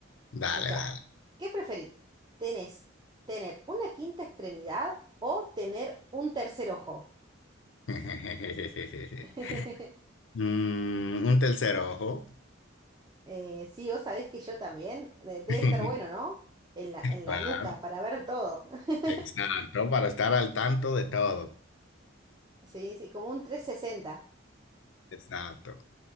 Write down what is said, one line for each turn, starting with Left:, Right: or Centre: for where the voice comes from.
Left: dale,
Right: Escucha,
Left: dale.
Right: ¿qué preferir? ¿Tenés tener una quinta extremidad o tener un tercer ojo?
Left: <laughs>
Right: <laughs>
Left: Mm, un tercer ojo.
Right: Eh, sí, vos sabés que yo también. eh, Debe
Left: <laughs>
Right: estar bueno, ¿no? En la, en la
Left: Claro,
Right: nuca para ver todo. <laughs>
Left: exacto, para estar al tanto de todo.
Right: Sí, sí, como un 360.
Left: Exacto.